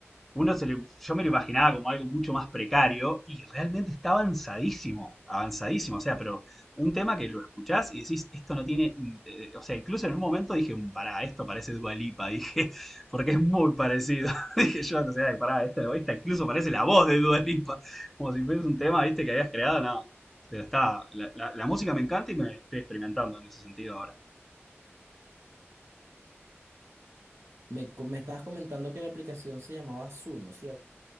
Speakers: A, in the centre; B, on the right.
A: uno se le, yo me lo imaginaba como algo mucho más precario y realmente está avanzadísimo, avanzadísimo, o sea, pero un tema que lo escuchás y decís, esto no tiene, eh, o sea, incluso en un momento dije, "Mm, pará, esto parece Dua Lipa", <laughs> dije, porque es muy parecido, <laughs> dije yo, o sea, pará, esta, esta incluso parece la voz de Dua Lipa, como si fuese un tema, viste, que habías creado, no, pero está, la, la- la música me encanta y me estoy experimentando en ese sentido ahora.
B: Me, co- me estabas comentando que la aplicación se llamaba Zuno, ¿cierto?